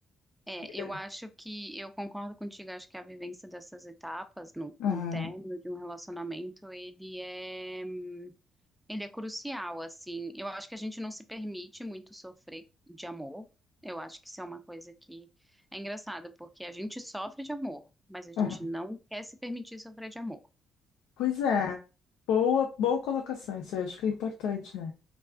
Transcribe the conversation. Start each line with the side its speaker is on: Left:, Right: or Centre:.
Centre: É,
Left: Vida.
Centre: eu acho que eu concordo contigo, acho que a vivência dessas etapas no,
Left: Aham,
Centre: no término de um relacionamento, ele é, hum, ele é crucial, assim. Eu acho que a gente não se permite muito sofrer de amor. Eu acho que isso é uma coisa que é engraçado, porque a gente sofre de amor, mas a gente
Left: aham.
Centre: não quer se permitir sofrer de amor.
Left: Pois é, boa, boa colocação, isso eu acho que é importante, né?